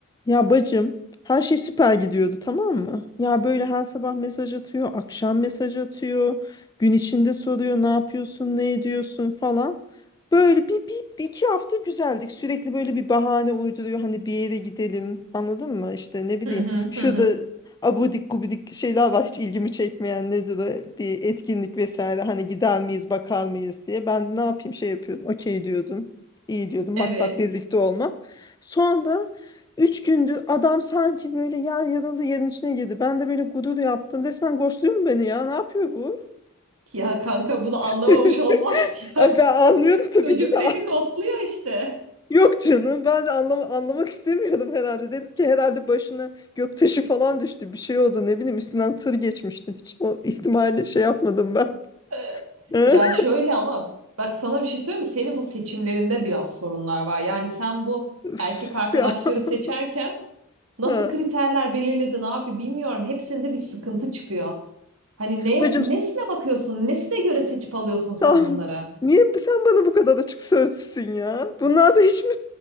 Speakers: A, on the left; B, on the right.
A: Ya bacım her şey süper gidiyordu tamam mı? Ya böyle her sabah mesaj atıyor, akşam mesaj atıyor, gün içinde soruyor ne yapıyorsun, ne ediyorsun falan. Böyle bir, bir, bir iki hafta güzeldik. Sürekli böyle bir bahane uyduruyor hani bir yere gidelim anladın mı? İşte ne bileyim
B: Hı hı
A: şurada
B: hı hı.
A: abudik gubidik şeyler var hiç ilgimi çekmeyen nedir o bir etkinlik vesaire hani gider miyiz bakar mıyız diye. Ben ne yapayım şey yapıyordum okey diyordum iyi diyordum maksat
B: Evet.
A: birlikte olmak. Sonra Üç gündür adam sanki böyle yer yarıldı yerin içine girdi. Ben de böyle gurur yaptım. Resmen ghostluyor mu beni ya? Ne yapıyor bu?
B: Ya kanka bunu anlamamış
A: <laughs>
B: olman <laughs> yani
A: Abi ben anlıyordum tabii
B: çocuk
A: ki
B: seni
A: de.
B: ghostluyor işte.
A: <laughs>
B: <laughs>
A: Yok canım ben de anlam anlamak istemiyordum herhalde. Dedim ki herhalde başına göktaşı falan düştü. Bir şey oldu ne bileyim üstünden tır geçmişti. Hiç o ihtimalle şey yapmadım ben.
B: Ee,
A: <laughs>
B: Ya şöyle ama bak sana bir şey söyleyeyim mi? Senin bu seçimlerinde biraz sorunlar var. Yani sen bu
A: Üf
B: erkek arkadaşları
A: ya. <laughs>
B: seçerken nasıl
A: Ha.
B: kriterler belirledin abi bilmiyorum. Hepsinde bir sıkıntı çıkıyor. Hani neye,
A: Bacım
B: nesine bakıyorsun? Nesine göre seçip alıyorsun sen
A: Tamam.
B: bunları?
A: Niye sen bana bu kadar açık sözlüsün ya? Bunlar da hiç mi